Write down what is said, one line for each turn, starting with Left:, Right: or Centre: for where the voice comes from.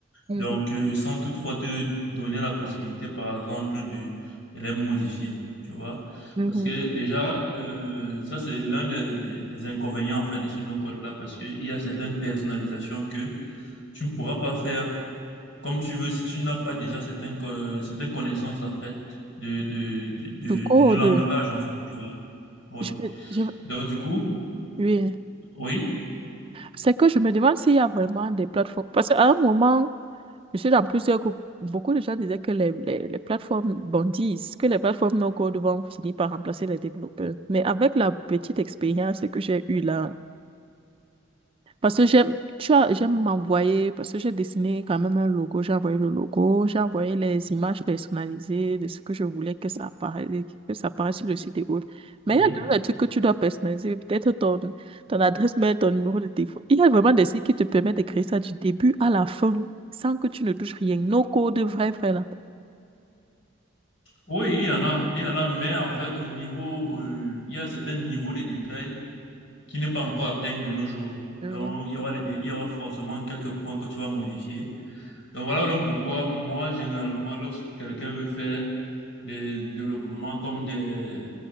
Right: Mhm,
Left: Donc, euh, sans toutefois te donner la possibilité, par exemple, de, de les modifier, tu vois.
Right: mhm.
Left: Parce que déjà, euh, ça c'est l'un des, des- des inconvénients en fait de ce no-code là, parce qu'il y a certaines personnalisations que tu ne pourras pas faire comme tu veux, si tu n'as pas déjà certaines, co- certaines connaissances, en fait, de, de, du, de-
Right: Du code,
Left: du- du langage, en fait, tu vois. Oui.
Right: je, je-
Left: Donc, du coup,
Right: oui.
Left: oui,
Right: C'est que je me demande s'il y a vraiment des plateformes. Parce qu'à un moment, je suis dans plusieurs groupes. Beaucoup de gens disaient que les, les, les plateformes bondissent, que les plateformes no-code vont finir par remplacer les développeurs. Mais avec la petite expérience que j'ai eue là, Parce que j'aime, tu as, j'aime m'envoyer, parce que j'ai dessiné quand même un logo, j'ai envoyé le logo, j'ai envoyé les images personnalisées de ce que je voulais que ça apparaisse, que ça apparaisse sur le site et autres. Mais
Left: oui.
Right: il y a toujours des trucs que tu dois personnaliser, peut-être ton, ton adresse mail, ton numéro de téléphone. Il y a vraiment des sites qui te permettent de créer ça du début à la fin, sans que tu ne touches rien. No code, vrai, vrai, là.
Left: Oui, il y en a, il y en a, mais en fait, au niveau, euh, il y a certains niveaux de détail qui n'est pas encore atteint de nos jours.
Right: Oui.
Left: Donc, il y aura les dé- il y aura forcément quelques points que tu vas modifier Donc voilà donc pourquoi moi, généralement, lorsque quelqu'un veut faire des développements comme des,